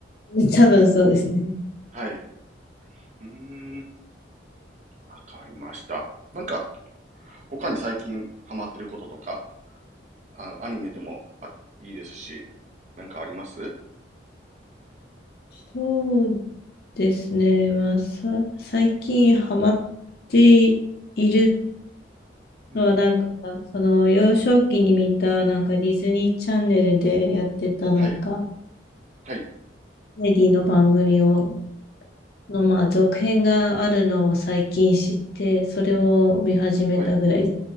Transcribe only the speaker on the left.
<laughs> 多分そうですね。
そうですね。まあ、さ、最近ハマっている
のは、なんか、その幼少期に見た、なんかディズニーチャンネルでやってた、
なんか、
コメディの番組をの、まあ、続編があるのを最近知って、それを見始めたぐらい。